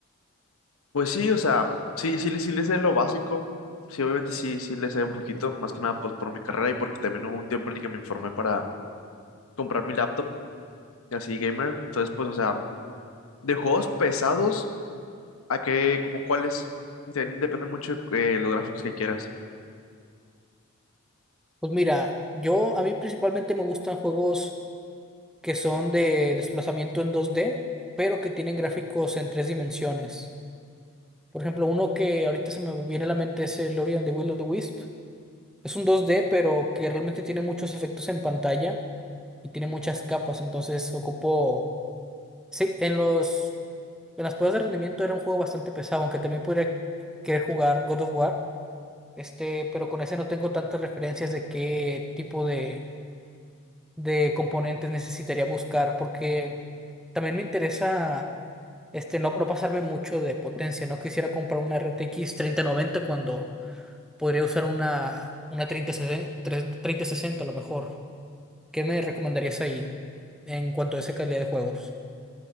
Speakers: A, on the left; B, in the centre.
A: Pues sí, o sea, sí, sí, le- sí le sé lo básico. Sí, obviamente sí, sí le sé un poquito. Más que nada, pues por mi carrera y porque también hubo un tiempo en el que me informé para comprar mi laptop y así gamer. Entonces, pues, o sea, de juegos pesados a que, como cuáles. Y también depende mucho de los gráficos que quieras.
B: Pues mira, yo, a mí principalmente me gustan juegos que son de desplazamiento en dos d pero que tienen gráficos en tres dimensiones. Por ejemplo, uno que ahorita se me viene a la mente es el Ori and the Will of the Wisp. Es un dos d pero que realmente tiene muchos efectos en pantalla y tiene muchas capas, entonces ocupó... Sí, en los... En las pruebas de rendimiento era un juego bastante pesado, aunque también podría querer jugar God of War, este, pero con ese no tengo tantas referencias de qué tipo de, de componentes necesitaría buscar, porque también me interesa este, no, no pasarme mucho de potencia. No quisiera comprar una RTX noventa cuando podría usar una, una 3060, 3060 a lo mejor. ¿Qué me recomendarías ahí en cuanto a esa calidad de juegos?